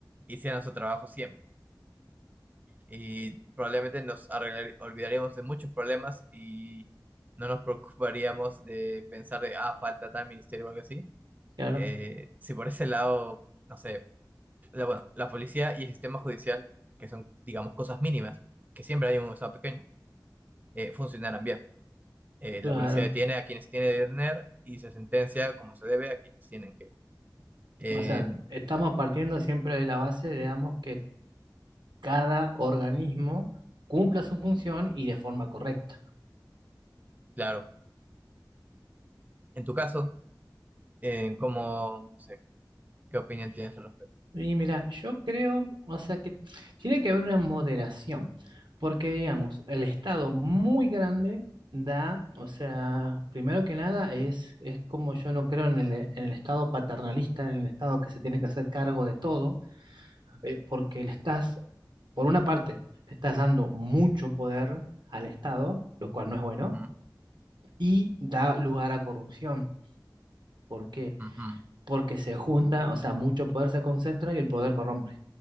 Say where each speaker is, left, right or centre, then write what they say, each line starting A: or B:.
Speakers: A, on the right; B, on the right.
A: hicieran su trabajo siempre. Y probablemente nos arreglar- olvidaríamos de muchos problemas y no nos preocuparíamos de pensar de, ah, falta tal ministerio o algo así.
B: Claro,
A: Eh, si por ese lado, no sé, la, bueno, la policía y el sistema judicial, que son, digamos, cosas mínimas, que siempre hay un Estado pequeño, eh, funcionaran bien. Eh,
B: claro.
A: la policía detiene a quienes tiene que detener y se sentencia como se debe a quienes tienen que. Eh,
B: O sea, estamos partiendo siempre de la base, digamos, que cada organismo cumpla su función y de forma correcta.
A: claro, en tu caso, eh, ¿cómo, no sé, qué opinión tienes al respecto?
B: Y mira, yo creo, o sea que tiene que haber una moderación, porque digamos, el Estado muy grande da, o sea, primero que nada es, es como yo no creo en el, en el Estado paternalista, en el Estado que se tiene que hacer cargo de todo, eh, porque le estás, por una parte, le estás dando mucho poder al Estado, lo cual no es bueno,
A: Mm,
B: y da lugar a corrupción. ¿Por qué?
A: ujú,
B: Porque se junta, o sea, mucho poder se concentra y el poder corrompe.